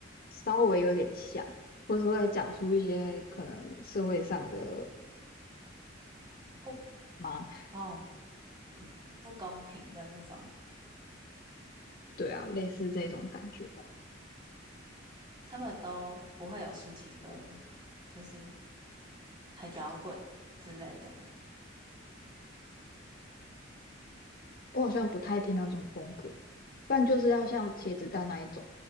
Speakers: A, on the left (about 50°); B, on the right (about 25°).
A: 稍微有点像，或是会讲出一些可能社会上的
B: 不
A: 嘛，
B: 哦，嗯，不公平的那种，
A: 对啊，类似这种感觉吧。
B: 他们都不会有抒情歌嘛，就是很摇滚之类的嘛。
A: 我好像不太听那种风格，不然就是要像茄子蛋那一种，